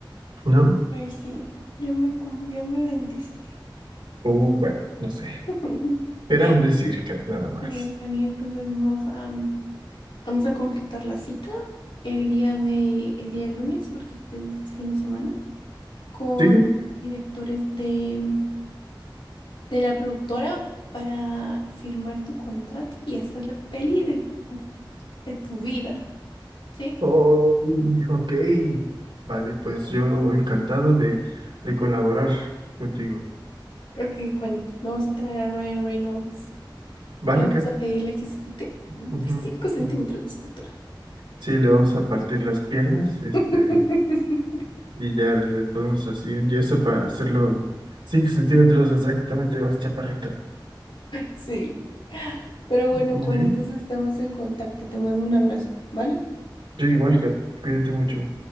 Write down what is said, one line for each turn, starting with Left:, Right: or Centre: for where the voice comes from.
Right: ¿no?
Left: pues sí, ya me, cum- ya me vendiste.
Right: O bueno, no sé.
Left: <laughs>
Right: Era
Left: Está
Right: un decir, Kat, nada más.
Left: Bien, Fanny, entonces vamos a, mm, vamos a concretar la cita el día de, el día lunes, porque este es fin de semana, con
Right: ¿Sí?
Left: los directores de, mm, de la productora para firmar tu contrato y hacer la peli de, de tu vida, ¿sí?
Right: Oh, y- ok. Vale, pues yo encantado de, de colaborar contigo.
Left: Ok, Juani, vamos a traer a Ryan Reynolds.
Right: Vale,
Left: Y vamos
Right: Kat.
Left: a pedirle que se quite
Right: Ujú,
Left: cinco centímetros
Right: ujú.
Left: de estatura.
Right: Sí, le vamos a partir las piernas, este,
Left: <laughs>
Right: y ya le podemos así un yeso para hacerlo 5 centímetros exactamente más chaparrito.
Left: Sí. Pero bueno,
Right: Muy
Left: Juan,
Right: bien.
Left: entonces estamos en contacto. Te mando un abrazo, ¿vale?
Right: Yo igual, Kat. Cuídate mucho.